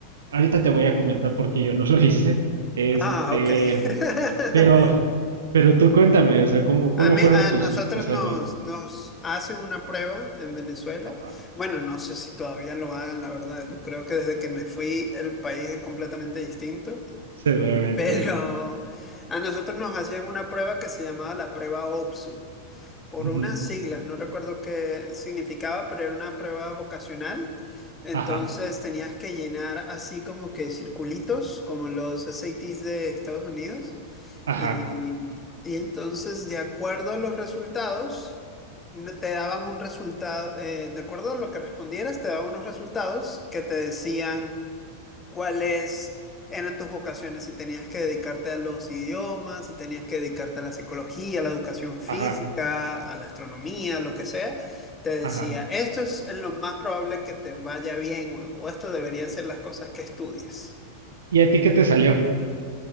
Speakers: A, on the right; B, on the left.
A: Ahorita te voy a comentar porque yo no <laughs> lo hice. Este,
B: Ah, ok. <laughs>
A: pero, pero tú cuéntame, o sea, ¿cómo, cómo
B: A mí,
A: fueron
B: a
A: tus,
B: nosotros
A: tus
B: nos,
A: años?
B: nos hacen una prueba en Venezuela.
A: Ajá,
B: Bueno, no sé si todavía lo hagan, la verdad. Yo creo que desde que me fui el país es completamente distinto.
A: Seguramente.
B: <laughs> Pero a nosotros nos hacían una prueba que se llamaba la prueba OPSU por
A: Ujú.
B: unas siglas, no recuerdo qué significaba, pero era una prueba vocacional. Entonces
A: Ajá,
B: tenías que llenar así como que circulitos, como los SATs de Estados Unidos.
A: ajá,
B: Y, y entonces, de acuerdo a los resultados, no- te daban un resultado, eh, de acuerdo a lo que respondieras, te daban unos resultados que te decían ¿Cuáles eran tus vocaciones? Si tenías que dedicarte a los idiomas, si tenías que dedicarte a la psicología, a la educación física,
A: ajá,
B: a la astronomía, lo que sea, te decía,
A: ajá.
B: esto es en lo más probable que te vaya bien o, o esto deberían ser las cosas que estudias.
A: ¿Y a ti qué te salió?